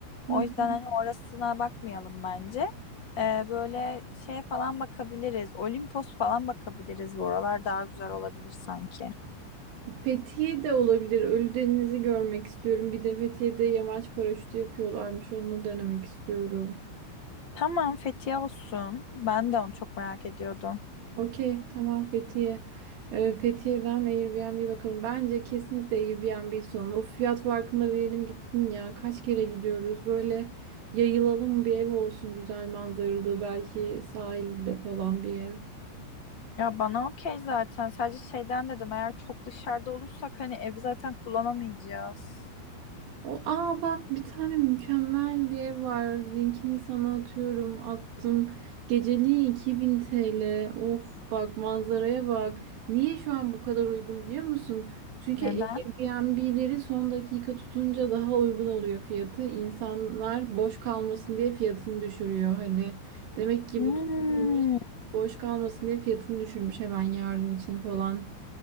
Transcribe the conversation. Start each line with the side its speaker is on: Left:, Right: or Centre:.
Right: Heh.
Left: O yüzden hani orasına bakmayalım bence. Eee, böyle şey falan bakabiliriz. Olimpos falan bakabiliriz. Bu oralar daha güzel olabilir sanki.
Right: Fethiye de olabilir. Ölüdeniz'i görmek istiyorum. Bir de Fethiye'de yamaç paraşütü yapıyorlarmış. Onu denemek istiyorum.
Left: Tamam Fethiye olsun. Ben de onu çok merak ediyordum.
Right: Okey, tamam Fethiye. Ee, Fethiye'den Airbnb bakalım. Bence kesinlikle Airbnb son. O fiyat farkında verelim gitsin ya. Kaç kere gidiyoruz? Böyle yayılalım bir ev olsun güzel manzaralı. Belki sahilde falan bir ev.
Left: Ya bana okey zaten. Sadece şeyden dedim eğer çok dışarıda olursak hani evi zaten kullanamayacağız.
Right: O, aa bak bir tane mükemmel bir ev var. Linkini sana atıyorum. Attım. Geceliği 2000 TL. Of bak manzaraya bak. Niye şu an bu kadar uygun biliyor musun? Çünkü
Left: Neden?
Right: Airbnb'leri son dakika tutunca daha uygun oluyor fiyatı. İnsanlar boş kalmasın diye fiyatını düşürüyor. Hani demek ki
Left: Hmm.
Right: bu tutulmamış boş kalmasın diye fiyatını düşürmüş hemen yarın için falan.